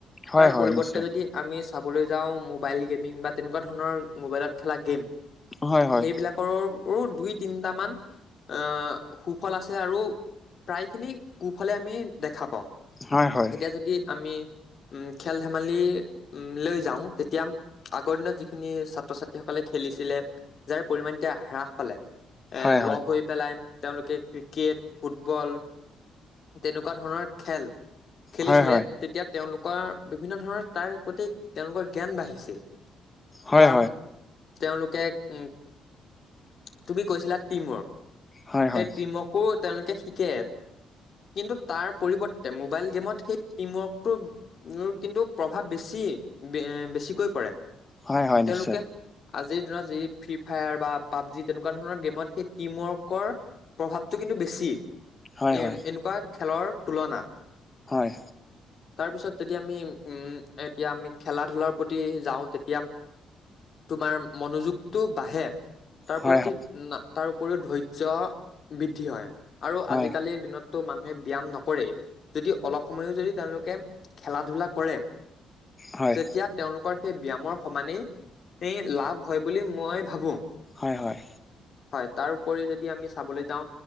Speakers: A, on the left; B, on the left.
A: হয়
B: তাৰ
A: হয়
B: পৰিৱৰ্তে
A: নিশ্চয়
B: যদি আমি চাবলৈ যাওঁ মোবাইল গেমিং বা তেনেকুৱা ধৰণৰ, মোবাইলত খেলা গেম।
A: হয় হয়
B: সেইবিলাকৰৰো দুই তিনটামান, আহ সুফল আছে আৰু প্ৰায় খিনি কুফলে আমি দেখা পাওঁ।
A: হয় হয়
B: এতিয়া যদি আমি, উম খেল ধেমালি উম লৈ যাওঁ। তেতিয়া আগৰ দিনত যিখিনি ছাত ছাত্ৰ ছাত্ৰীসকলে খেলিছিলে যাৰ পৰিমাণ এতিয়া হ্ৰাস পালে। এ
A: হয় হয়
B: লগ হৈ পেলাই তেওঁলোকে ক্ৰিকেট, ফুটবল তেনেকুৱা ধৰণৰ খেল খেলিছিলে।
A: হয় হয় হয়
B: তেতিয়া তেওঁলোকৰ বিভিন্ন ধৰণৰ তাৰ প্ৰতি তেওঁলোকৰ জ্ঞান বাঢ়িছিল।
A: হয়
B: পাম, তেওঁলোকে উ তুমি কৈছিলা টিমৱৰ্ক।
A: হয় হয়
B: সেই টিম ৱৰ্ক। অও তেওঁলোকে শিকে, কিন্তু, তাৰ পৰিৱৰ্তে মোবাইল গেমত সেই টিম ৱৰ্কটো। তেওঁ কিন্তু প্ৰভাৱ বেছি, অ বেছিকৈ পৰে,
A: হয় হয়
B: তেওঁলোকে
A: নিশ্চয়।
B: আজিৰ দিনত যি ফ্ৰী ফায়াৰ বা পাবজি তেনেকুৱা ধৰণৰ গেমত, সেই টিম ৱৰ্ক প্ৰভাৱটো কিন্তু বেছি।
A: হয়
B: এ
A: হয়
B: এনেকুৱা খেলৰ তুলনাত,
A: হয়।
B: তাৰ পিছত যেতিয়া আমি উম এতিয়া আমি খেলা ধূলাৰ প্ৰতি যাওঁ তেতিয়া। তোমাৰ মনোযোগটো বাঢ়ে তাৰ
A: হয়
B: প্ৰতি।
A: হয়
B: তাৰ উপৰিও ধৈৰ্য্য বৃদ্ধি হয়, আৰু
A: হয়
B: আজিকালিৰ দিনত। টো মানুহে ব্যাম নকৰে, যদি অলপ সময়ো যদি তেওঁলোকে খেলা ধূলা কৰে।
A: হয়
B: তেতিয়া
A: হয়
B: তেওঁলোকৰ সেই ব্যামৰ সমানেই সেই লাভ হয় বুলি মই ভাবো।
A: হয়, হয়।
B: হয়, তাৰ উপৰি যদি আমি চাবলৈ যাওঁ।